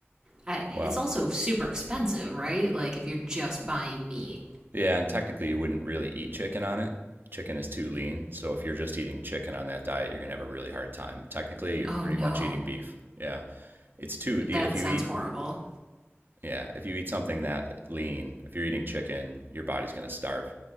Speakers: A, on the right (about 15°); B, on the right (about 50°).
A: I,
B: well,
A: it's also super expensive, right? Like if you're just buying meat.
B: yeah, and technically you wouldn't really eat chicken on it. Chicken is too lean, so if you're just eating chicken on that diet, you're gonna have a really hard time. Technically, you're
A: Oh
B: pretty
A: no,
B: much eating beef. Yeah, it's too. If
A: that
B: you
A: sounds
B: eat,
A: horrible.
B: yeah, if you eat something that lean, if you're eating chicken, your body's gonna starve.